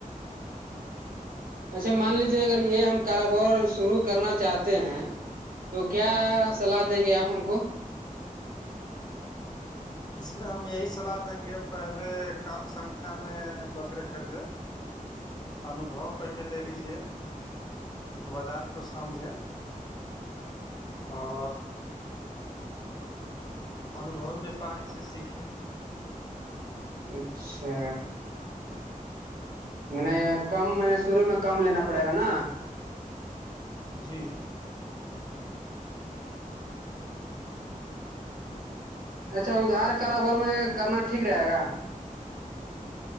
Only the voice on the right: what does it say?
اچھا مان لیجیے اگر یہ ہم کاروبار شروع کرنا چاہتے ہیں تو کیا
سلاح دیں گے آپ ہم کو
<unintelligible>
اچھا میں نے کم میں نے شروع میں کم لینا پڑے گا نا
اچھا ادھار کرابر میں کرنا ٹھیک رہے گا